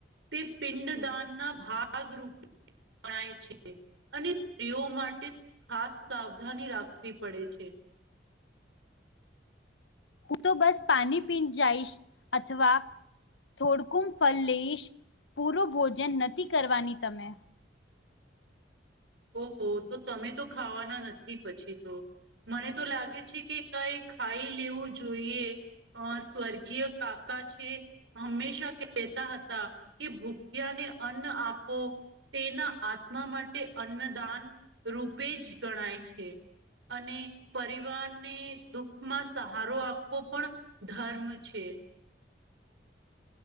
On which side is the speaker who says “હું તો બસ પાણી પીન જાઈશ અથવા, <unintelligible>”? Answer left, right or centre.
Left